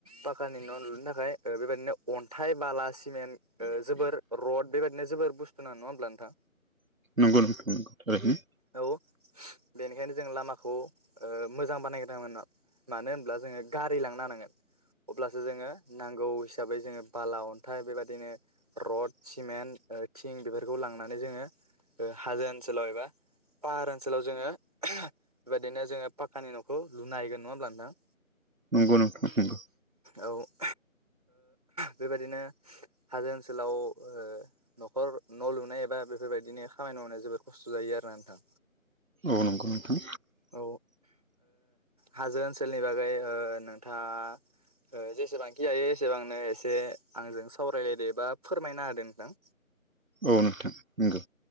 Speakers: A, on the right; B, on the right.
A: पाकानि न' लुनो थाखाय बेबायाददिनो अन्थाइ बाला सिमेन् जोबर रड बेबायदिनो जोबोर बुस्थु ना नङा होमब्ला नोंथां
B: नंगौ नोंथां थारैनो
A: औ बेनिखायनो जों लामाखौ ओ मोजां बानायग्रदोंमोना मानो होनब्ला जोङो गारि लांनो हानांगोन अब्लासो जोङो नांगौ हिसाबै जोङो बाला अन्थाइ बेबायदिनो रड सिमेन्ट थिं बेफोरखौ लांनानै जोङो हाजो ओनसोलाव एबा पाहार ओनसोलाव जोङो <unintelligible> बेबायदिनो जोङो पाकानि न'खौ लुनो हाहैगोन। नङा होमब्ला नोंथां?
B: नंगौ नोंथां नंगौ।
A: औ ओ बेबायाददिनो हाजो ओनसोलाव ओ न'खर न' लुनाय एबा बेफोरबायदिनो खामानि मावनाया जोबोद खस्थ' जायो आरो नोंथां।
B: औ नंगौ नोंथां
A: औ ओ हाजो ओनसोलनि बागै ओ नोंथाङा ओ जे- सेबांखि हायो एसेबांनो एसे आंजों सावरायलायदो एबा फोरमायना होदो नोंथां।
B: औ नोंथां नंगौ।